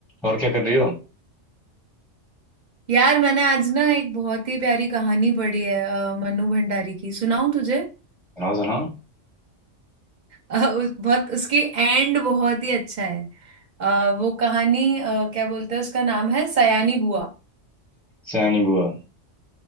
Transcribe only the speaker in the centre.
और क्या कर रही हो
सुनाओ सुनाओ
सयानी बुआ